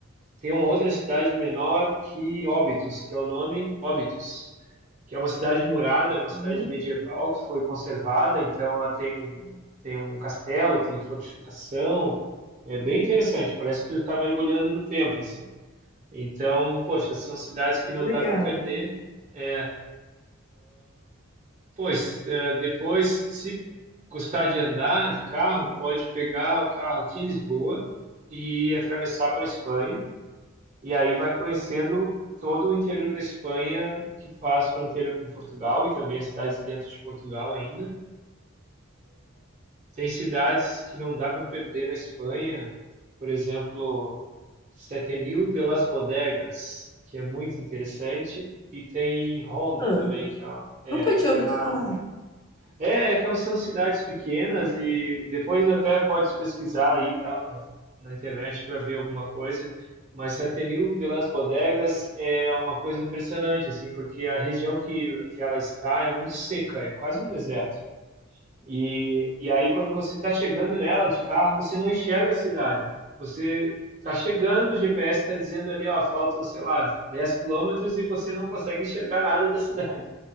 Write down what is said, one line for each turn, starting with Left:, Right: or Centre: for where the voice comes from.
Right: tem uma outra cidade menor que Óbitos, que é o nome Óbitos, que é uma cidade murada, é uma cidade
Left: Uhum,
Right: medieval que foi conservada, então ela tem um, tem um castelo, tem fortificação, é bem interessante, parece que tu está mergulhando no tempo, assim. Então, poxa, são cidades que não
Left: Legal.
Right: dá para perder. É, pois, é, depois, se custar de andar de carro, pode pegar o carro aqui em Lisboa e atravessar para a Espanha. E aí vai conhecendo todo o interior da Espanha que faz fronteira com Portugal e também as cidades dentro de Portugal ainda. Tem cidades que não dá para perder na Espanha, por exemplo, Setenil de las Bodegas, que é muito interessante, e tem Ronda
Left: Ah,
Right: também, que é, é,
Left: nunca tinha
Right: que
Left: ouvido
Right: é na
Left: falar.
Right: é, que é um, são cidades pequenas e depois até pode pesquisar aí e tal na, na internet para ver alguma coisa. Mas Setenil de las Bodegas é uma coisa impressionante assim, porque a região que que ela está é muito seca, é quase um deserto. E, e aí, quando você está chegando nela de carro, você não enxerga a cidade. Você está chegando, o GPS está dizendo ali, ó, faltam, sei lá, 10 quilômetros e você não consegue enxergar nada da cidade.